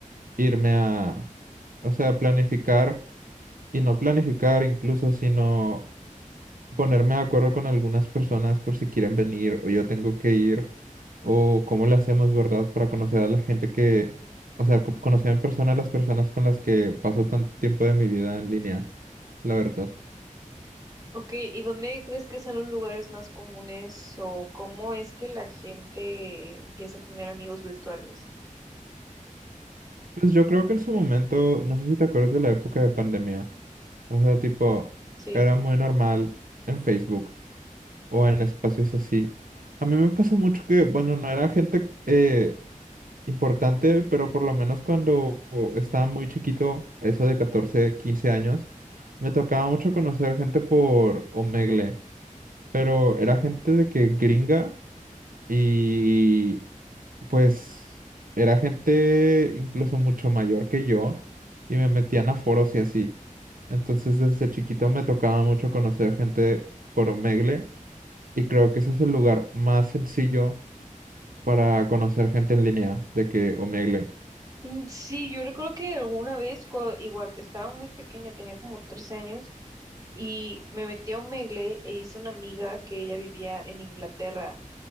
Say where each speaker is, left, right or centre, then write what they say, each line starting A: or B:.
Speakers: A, on the right; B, on the right.
A: irme a, o sea, planificar y no planificar incluso, sino ponerme de acuerdo con algunas personas por si quieren venir o yo tengo que ir o cómo le hacemos, ¿verdad? Para conocer a la gente que, o sea, co- conocer en persona a las personas con las que paso tanto tiempo de mi vida en línea, la verdad.
B: Ok, ¿y dónde crees que son los lugares más comunes o cómo es que la gente empieza a tener amigos virtuales?
A: Pues yo creo que en su momento, no sé si te acuerdas de la época de pandemia. O sea, tipo,
B: Sí.
A: era muy normal en Facebook o en espacios así. A mí me pasó mucho que, bueno, no era gente eh, importante, pero por lo menos cuando estaba muy chiquito, eso de 14 15 años, me tocaba mucho conocer gente por Omegle, pero era gente de que gringa y pues era gente incluso mucho mayor que yo y me metían a foros y así. Entonces desde chiquito me tocaba mucho conocer gente por Omegle y creo que ese es el lugar más sencillo para conocer gente en línea de que Omegle.
B: Mm, Sí, yo recuerdo que alguna vez, cua- igual estaba muy pequeña, tenía como 13 años, y me metí a un Megle e hice una amiga que ella vivía en Inglaterra.